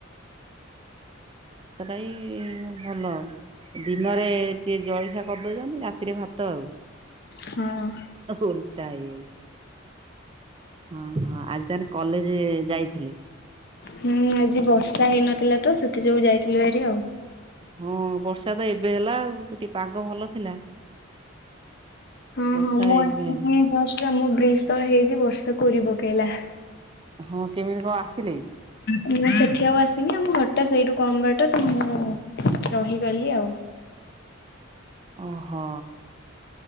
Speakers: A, on the right; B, on the left.
A: ଭାତଟାଇ ଭଲ। ଦିନରେ ଟିକେ ଜଳଖିଆ କରି ଦଉଛନ୍ତି। ରାତିରେ ଭାତ ଆଉ।
B: ହଁ।
A: ଓଲଟା ହେଇ ଯାଇ ଓ ହୋ ଆଜି ତାଲେ କଲେଜେ ଯାଇଥିଲି।
B: ହୁଁ ଆଜି ବର୍ଷା ହେଇନଥିଲା ତ। ସେଥି ଯୋଗୁ ଯାଇଥିଲୁ ଭାରି ଆଉ।
A: ହଁ ବର୍ଷା ତ ଏବେ ହେଲା ଆଉ। ପାଗ ଭଲ ଥିଲା।
B: ହଁ
A: ବର୍ଷା
B: ହଁ ମୁଁ ଆସିିକି
A: ଏବେ ହେଲା।
B: ଏଇ ଜଷ୍ଟ ଆମ ବ୍ରିଜ୍ ତଳେ ହେଇଛି। ବର୍ଷା କୋରି ପକେଇଲା।
A: ହଁ କେମିତି କଣ ଆସିଲେ?
B: ମୁଁ ସେଠି ଆଉ ଆସିନି। ଆମ ଘରଟା ସେଇଠୁ କମ ବାଟ ତ ମୁଁ ରହିଗଲି ଆଉ।
A: ଓହୋ।